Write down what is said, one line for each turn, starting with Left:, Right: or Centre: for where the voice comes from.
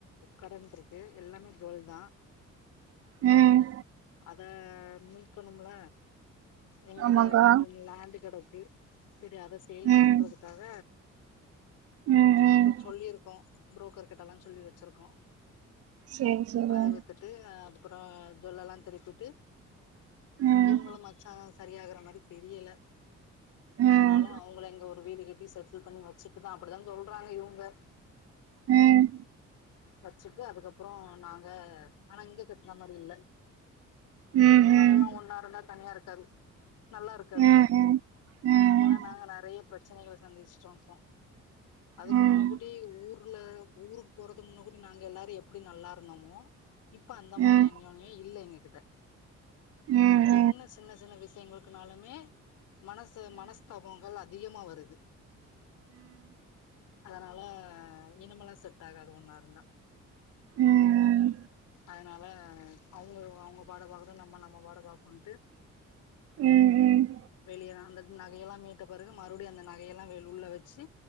Left: கடன் இருக்கு எல்லாமே ஜுவல் தா
Right: ம்
Left: அத மீட்கணும்ல எங்கிட்ட
Right: ஆமாக்கா
Left: ஏற்கனே ஒரு லேண்டுகெடக்கு செரி அத சேல்ஸ்
Right: ம்
Left: பண்றதுக்காக
Right: ம் ம்
Left: இப்போ சொல்லிருக்கோ புரோக்கர் கிட்டல்லா சொல்லி வெச்சிருக்கோ
Right: சேரி சேரி
Left: அது வித்துட் டு அப்றோ ஜுவல்லல்லா திரிப்பிட்டு
Right: ம்
Left: இவங்ளு மச்சா சரியாகற மாரி தெரியல
Right: ம்
Left: அதனால அவங்கள இங்க ஒரு வீடு கட்டி செட்டில் பண்ணி வச்சுட் டுத்தா அப்டித்தா சொல்றாங்க இவுங்க
Right: ம்
Left: வச்சிட்டு அதுக்கப்றோ நாங்க ஆனா இங்க கட்ற மாரி இல்ல
Right: ம்
Left: இதுக்கு
Right: ம்
Left: மேலல்லா ஒன்னா இருந்தா தனியா இருக்காது நல்லா இருக்காது
Right: ம் ம் ம்
Left: ஏனா நாங்க நெறைய பிரச்சனைகள் சந்திச்சிட்ருக்கோ அதுக்கு
Right: ம்
Left: முன்ன கூடி ஊர்ல ஊருக்கு போறதுக்கு முன்ன கூடி நாங்க எல்லாரு எப்டி நல்லா இருந்தோமோ இப்ப அந்த
Right: ம்
Left: மாரி அன்யோன்யோ இல்ல எங்ககிட்ட
Right: ம் ம் ம் ம்
Left: என்ன சின்ன சின்ன விஷ்யங்களுக்குனாலுமே மனசு மனஸ்தாப ங்கள் அதிகமா வருது அதனால இனமெல்லா செட் ஆகாது ஒன்னா இருந்தா
Right: ம் ம்
Left: அதனால அவங்க அவங்க பாட பாக்கட்டு நம்ம நம்ம பாட பாகனுன்ட்டு
Right: ம்
Left: வெளியேதா அந்த நகையெல்லா மீட்ட பிறகு மறுபடியு அந்த நகையெல்லா உள்ள வச்சு